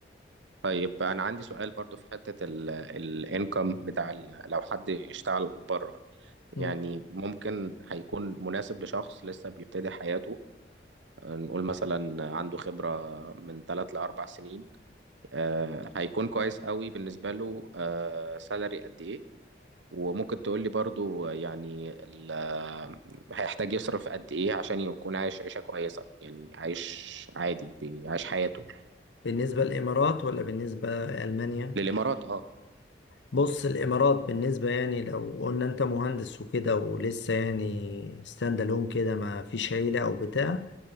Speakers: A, on the right; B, on the left.
A: طيب أنا عندي سؤال برضو في حتة الانكم بتاع ال- لو حد اشتغل بره يعني
B: مم.
A: ممكن هيكون مناسب لشخص لسه بيبتدي حياته نقول مثلا عنده خبرة من ثلاث لأربع سنين آه، هيكون كويس قوي بالنسبة له آه، سالري قد إيه وممكن تقول لي برضو يعني ال- هيحتاج يصرف قد إيه عشان يكون عايش عيشة كويسة يعني عايش عادي بيعيش حياته
B: بالنسبة للإمارات ولا بالنسبة لألمانيا
A: للإمارات اه
B: بص الامارات بالنسبه يعني لو قلنا انت مهندس وكده ولسه يعني ستاند الون كده ما فيش عيله او بتاع